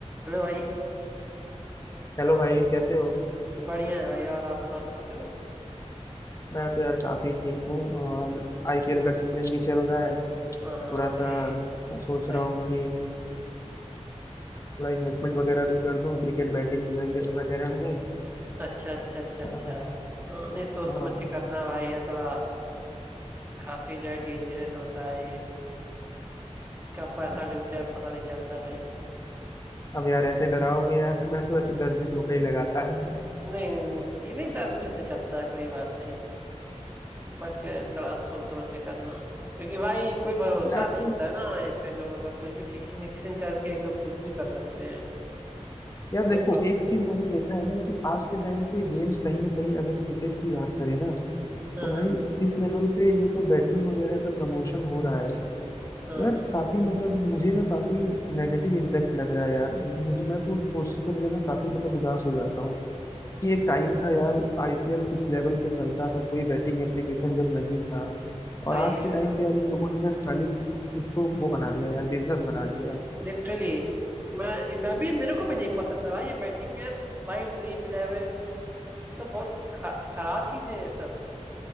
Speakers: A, on the right; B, on the left.
A: Hello भाई
B: Hello भाई कैसे हो
A: बढ़िया है भाई और आप बताओ कैसे हो
B: मैं तो यार काफी ठीक हूँ और आईपीएल का सीजन भी चल रहा है
A: हाँ
B: थोड़ा सा
A: भाई
B: सोच
A: सही
B: रहा हूँ कि थोड़ा इन्वेस्टमेंट वगैरह भी कर दूं क्रिकेट बैटिंग वगैरह वगैरह में
A: अच्छा अच्छा अच्छा अच्छा
B: हाँ
A: हाँ, नहीं सोच
B: हाँ,
A: समझ के करना भाई ये थोड़ा काफी जो है डेंजरस होता है ये कब पैसा डूब जाए पता नहीं चलता भाई
B: अब यार ऐसे डराओगे यार मैं तो ऐसे दस बीस रुपए ही लगाता है
A: नहीं नहीं नहीं ये नहीं दस बीस से चलता है कोई बात नहीं बट थोड़ा सोच समझ के करना क्योंकि भाई कोई भरोसा
B: यार
A: नहीं होता है ना ये पे लोगों का कुछ भी फिक्सिंग विक्सिंग करके ये लोग कुछ भी कर सकते हैं
B: यार
A: कोई
B: देखो
A: प्रॉब्लम
B: एक चीज मैंने देखा है ना कि आज के टाइम पे गेम्स कहीं ना कहीं अगर क्रिकेट की बात करें ना
A: हाँ
B: तो भाई
A: हाँ
B: जिस लेवल पे ये सब बैटिंग वगैरह का प्रमोशन हो रहा है
A: हाँ
B: यार काफी मतलब मुझे ना काफी नेगेटिव इम्पैक्ट लग रहा है यार मुझ मैं तो सोच करके ना काफी मतलब उदास हो जाता हूँ कि एक टाइम था यार आईपीएल किस लेवल पे चलता था कोई बैटिंग एप्लीकेशन जब नहीं था और
A: सही
B: आज
A: है
B: के टाइम पे यार इन लोगों ने ना खाली इसको वो बना दिया यार बिजनेस बना दिया है
A: लिटरली मैं मैं भी मेरे को भी नहीं पसंद है भाई ये बैटिंग एप्स भाई ड्रीम इलेवन सब बहुत ख- खराब चीजें हैं सब